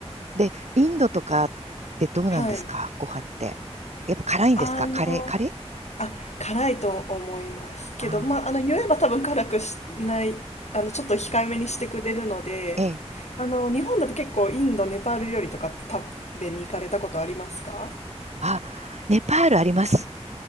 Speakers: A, on the right; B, on the left.
A: で、インドとかってどうなんですかご飯って。
B: はい。
A: やっぱ辛いんですかカレー、
B: あの、
A: カレー
B: あ、辛いと思いますけど、
A: ああ、
B: まあ、あの、言えば多分辛くしない、あの、ちょっと控えめにしてくれるので、
A: ええ。
B: あの、日本だと結構インド、ネパール料理とかって食べに行かれたことありますか
A: あ、ネパールあります。